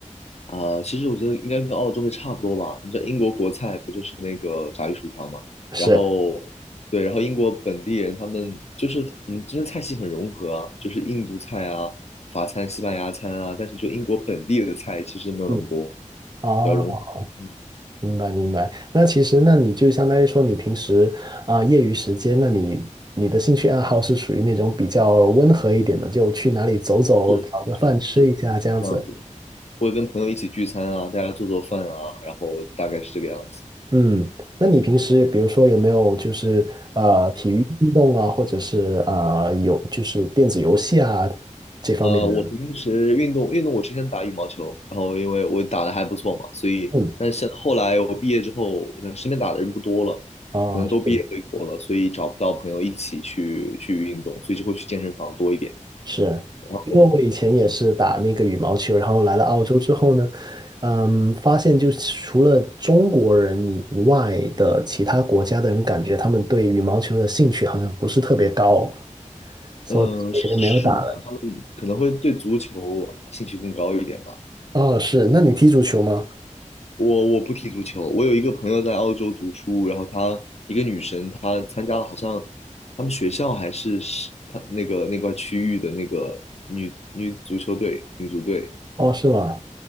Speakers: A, on the left (about 55°); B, on the right (about 30°).
A: 啊、其实我觉得应该跟澳洲会差不多吧。你知道英国国菜不就是那个炸鱼薯条嘛？
B: 是，
A: 然后，对，然后英国本地人他们就是嗯，们这边菜系很融合啊，就是印度菜啊、法餐、西班牙餐啊。但是就英国本地的菜其实没有那么多，
B: 嗯，啊。
A: 比较融合。嗯，
B: 明白明白。那其实，那你就相当于说，你平时啊、业余时间，那你你的兴趣爱好是属于那种比较温和一点的，就去哪里走走，
A: 是是是，
B: 找个饭吃一下这样子。
A: 这样子。会跟朋友一起聚餐啊，大家做做饭啊，然后大概是这个样子。
B: 嗯，那你平时比如说有没有就是呃体育运动啊，或者是啊、呃、有就是电子游戏啊这方面的？
A: 呃，我平时运动运动，我之前打羽毛球，然后因为我打的还不错嘛，所以但是现后来我毕业之后，
B: 嗯，
A: 可能身边打的人不多了，
B: 啊是。
A: 可能都毕业回国了，所以找不到朋友一起去去运动，所以就会去健身房多一点。
B: 是，
A: 哦，
B: 因为我以前也是打那个羽毛球，然后来了澳洲之后呢，嗯，发现就是除了中国人以外的其他国家的人，感觉他们对羽毛球的兴趣好像不是特别高，所以也就没有打了。
A: 嗯，是的，他们可能会对足球兴趣更高一点吧。
B: 哦，是，那你踢足球吗？
A: 我我不踢足球，我有一个朋友在澳洲读书，然后她一个女生，她参加了好像他们学校还是是她那个那块区域的那个女女足球队、女足队，
B: 哦，是吗？